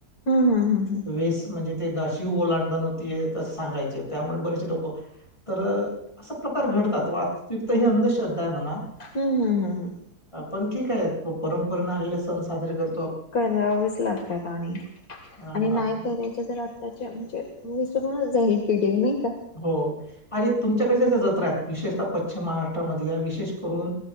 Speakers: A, on the left; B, on the left.
A: हम् हम हम हम
B: वीस म्हणजे शिव ओलांडता नव्हती येत सांगायचे त्यामुळे बरेच लोक तर असा प्रकार घड वास्तविक ही अंधश्रद्धा आहे म्हणा
A: हम्म हम्म हम्म हम्
B: अ, पण ठीक आहे परंपरे न आले सण साजरे कर
A: करावेच लागतात आणि
B: अ
A: आणि नाही करायच तर आताचे म्हणजे विसरून जाईल पिढी नाही का
B: हो आणि तुमच्याकडच्या ज विशेषतः पश्चिम महाराष्ट्रामधल्या विशेष करून